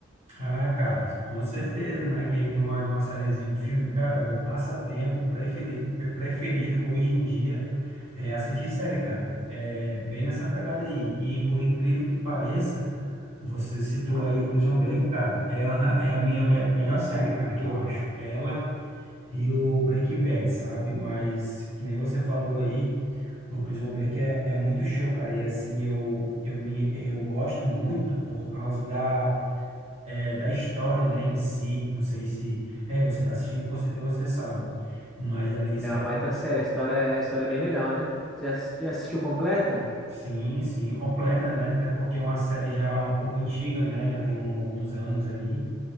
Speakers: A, on the right (about 30°); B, in the centre.
A: Ah, cara, com certeza, né? Quem é que não gosta de uma sériezinha, um filme? Cara, meu passatempo preferi- preferido hoje em dia é assistir série, cara. É bem nessa pegada aí. E por incrível que pareça, você citou aí o Prison Break, cara. Ela é a minha me- melhor série, cara, que eu acho. Ela E o Breaking Bad, sabe? Mas, que nem você falou aí, o Prison Break é, é muito show, cara. E assim, eu, eu, me, eu gosto muito por causa da, é, da história, né, em si. Não sei se... É, você tá assistindo, com certeza você sabe. Mas ali
B: É
A: só...
B: uma baita série. A história, a história é bem legal, né? Já, já assistiu completa?
A: Sim, sim, completa, né? Até porque é uma série já um pouco antiga, né? Já tem um- alguns anos aí.